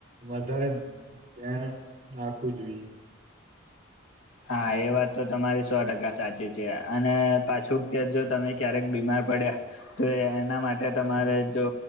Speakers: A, on the right; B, on the left.
A: વધારે ધ્યાન રાખવું જોઈએ.
B: હા એ વાત તો તમારી સો ટકા સાચી છે અને પાછું કે જો તમે ક્યારેક બીમાર પડ્યા તો એના માટે તમારે
A: હા
B: જો